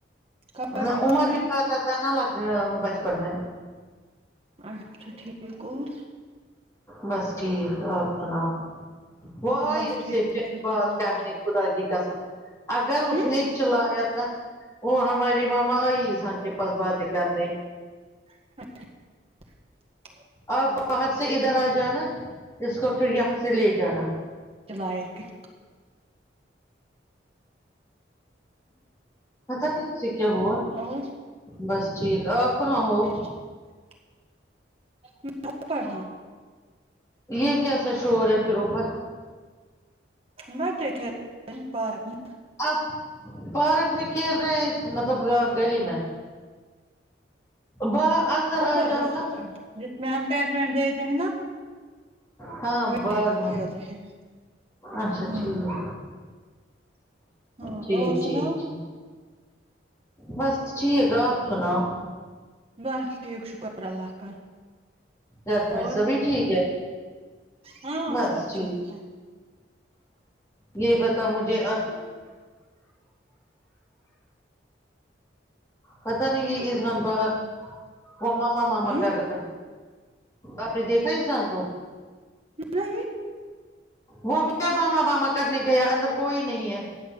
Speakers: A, on the right; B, on the left.
A: کھاتی
B: ہاں عمر
A: تھی نا
B: بھی کھاتا تھا نہ لگ بچپن میں
A: اچھا ٹھیک ہے اور
B: بس ٹھیک آپ سناؤ وہ آئی
A: بس
B: اس
A: ٹھیک
B: سے پھر
A: شکر
B: بات
A: اللہ
B: کرنے خدا کی قسم اگر
A: کا
B: اس نے چلایا تھا وہ ہماری مما آئی اذہان کے پا س باتیں کرنے
A: اچھا
B: آپ باہر سے ادھر آ جانا اس کو پھر یہاں سے لے جانا
A: چلاۓ کیا
B: پتا نہیں اسے کیا ہوا
A: اور
B: بس ٹھیک اپ کہاں ہو
A: <unintelligible> مت کر
B: یہ کیسا شور ہے پھر اوپر
A: مت ٹھیر پارک میں
B: آپ پارک میں کھیل رہے ہیں مطلب گا گلی میں باہر اندر
A: اوپر
B: آ جاؤ
A: ایسا
B: نا
A: جس میں ہم ٹینٹ وینٹ دیے دیتے ہیں نا
B: ہاں
A: وہیں
B: باغ
A: پہ
B: میں
A: کھیل رہے ہیں
B: اچھا
A: ہوں
B: ٹھیک
A: ہاں
B: ٹھیک
A: اور
B: ٹھیک
A: سناؤ
B: ٹھیک بس ٹھیک ہے آپ سناو
A: بس ٹھیک شکر اللہ کا
B: گھر میں
A: اور
B: سبھی ٹھیک ہے
A: ہاں
B: بس
A: سب
B: ٹھیک
A: ہے
B: یہ بتاؤ مجھے اق پتہ نہیں یہ آسان باہر وہ ماما ماما
A: ہوں
B: کر رہا آپ نے دیکھا ازاں کو
A: جی
B: وہ کیا ماما ماما کرنے گیا اندر کوئی نہیں ہے